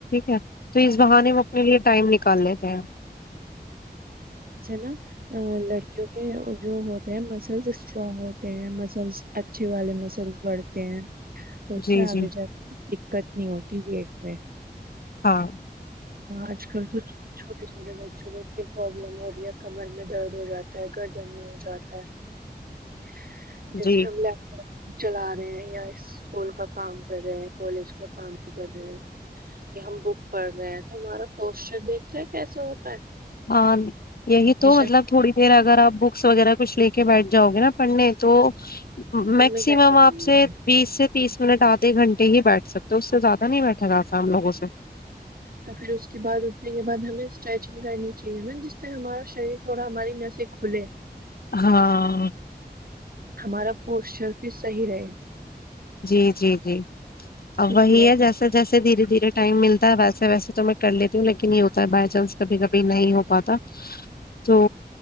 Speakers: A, on the left; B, on the right.
A: ہے تو اس بہانے میں اپنے لیے ٹائم نکال لیتے ہیں
B: نا لڑکی <inaudible> کیونکہ جو ہوتے ہیں مسلس اسٹرانگ ہوتے ہیں مسلس اچھے والے مسلس بڑھتے ہیں تو اس
A: جی
B: سے آگے
A: جی
B: جات <unintelligible> دقت نہیں ہوتی وٹ میں
A: ہاں
B: آج کل تو چھوٹے چھوٹے بچوں کو اتنی پرابلم ہو رہی ہے کمر میں درد ہو جاتا ہے گردن میں ہو جاتا ہے
A: جی
B: جیسے ہم ل <unintelligible> چلا رہے ہیں یا اسکول کا کام کر رہے ہیں کالج کا کام کر رہے ہیں یا ہم بک پڑھ رہے ہیں تو ہمارا پوسٹر دیکھتا ہے کیسا ہوتا ہے
A: ہاں یہی
B: پوزیشن
A: تو مطلب تھوڑی دیر اگر آپ بکس وغیرہ کچھ لے کے بیٹھ جاؤے نا پڑھنے تو میکسمم
B: میں بیٹھے
A: آپ سے بیس سے تیس منٹ آدھے گھنٹے ہی بیٹھ سکتے تو زیادہ نہیں بیٹا رہا تھا ہم لگوں سے
B: تو پھر اس کے بعد اٹھنے کے بعد ہمیں اسٹریچنگ کرنی چاہیے نا جس سے ہمارا شریر تھوڑا ہماری نسے کھلے
A: ہاں
B: ہمارا پوسچر بھی صحیح رہے
A: جی جی جی ا
B: اس
A: وہی
B: لیے
A: ہے جیسے جیسے دھیرے دھیرے م ٹائم ملتا ہے ویسے ویسے تو میں کر لیتی ہوں لیکن یہ ہوتا ہے بائی چانس کبھی کبھی نہیں ہو پاتا تو